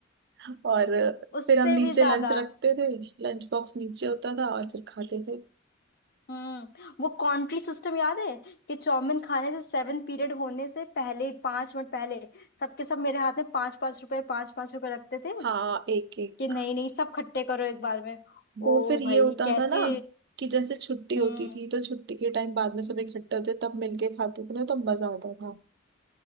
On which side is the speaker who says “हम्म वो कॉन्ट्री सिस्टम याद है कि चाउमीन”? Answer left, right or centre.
Left